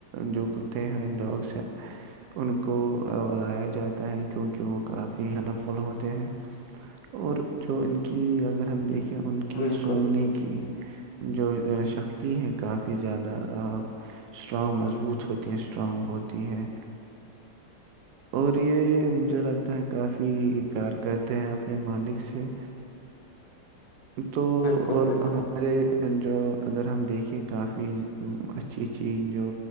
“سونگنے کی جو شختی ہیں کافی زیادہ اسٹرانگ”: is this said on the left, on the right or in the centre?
Right